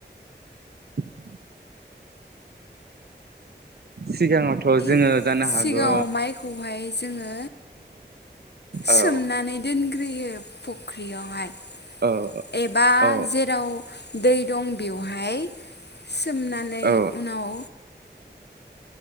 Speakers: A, on the right (about 60°); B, on the left (about 65°).
A: <inaudible> सिगाङावथ'
B: इ
A: जोङो जानो
B: सिगाङाव
A: हागौ
B: माइखौहाय जोङो सोमनानै
A: ओ औ
B: दोनग्रोयो फख्रियावहाय
A: औ
B: एबा
A: औ
B: जेद राव दै दं बेवहाय सोमनानै
A: औ
B: उनाव